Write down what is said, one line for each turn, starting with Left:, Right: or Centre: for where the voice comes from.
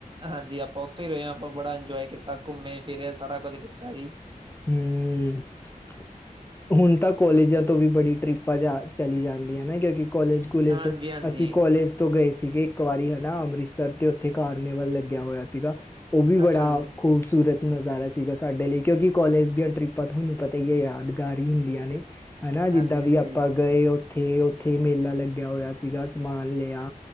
Right: ਹਾਂਜੀ ਆਪਾਂ ਉਥੇ ਹੀ ਰਹੇ ਹਾਂ ਆਪਾਂ ਬੜਾ ਇੰਜੋਏ ਕੀਤਾ ਘੁੰਮੇ ਫਿਰੇ ਸਾਰਾ ਕੁਝ ਕੀਤਾ ਜੀ।
Left: ਹਮ <unintelligible> ਹੁਣ ਤਾਂ ਕੋਲਜਾਂ ਤੋ ਵੀ ਬੜੀ ਟ੍ਰਿਪਾਂ ਜਾ ਚਲੀ ਜਾਂਦੀਆਂ ਨਾ ਕਿਉਕਿ- ਕੋਲਜ ਕਲੇਜ
Right: ਹਾਂਜੀ-ਹਾਂਜੀ
Left: ਤੋਂ ਅਸੀ ਕੋਲਜ ਤੋ ਗਏ ਸੀਗੇ ਇਕ ਵਾਰੀ, ਹਨਾ ਅੰਮ੍ਰਿਤਸਰ- ਤੇ ਉਥੇ ਕਾਰਨੀੇਵਲ ਲੱਗਿਆ ਹੋਇਆ ਸੀਗਾ, ਉਹ ਵੀ ਬੜਾ
Right: ਅੱਛਾ ਜੀ
Left: ਖੂਬਸੂਰਤ ਨਜਾਰਾ ਸੀਗਾ ਸਾਡੇ ਲਈ, ਕਿਉਕਿ ਕੋਲੇਜ ਦੀਆ ਟ੍ਰਿਪਾਂ ਤੁਹਾਨੂੰ ਪਤਾ ਹੀ ਹੈ। ਯਾਦਗਾਰ ਹੀ ਹੁੰਦੀਆਂ ਨੇ- ਹਨਾ
Right: ਹਾਂਜੀ-ਹਾਂਜੀ
Left: ਜਿੱਦਾਂ ਵੀ ਆਪਾਂ ਗਏ। ਉਥੇ- ਉਥੇ ਮੇਲਾ ਲੱਗਿਆ ਹੋਇਆ ਸੀਗਾ ਸਮਾਨ ਲਿਆ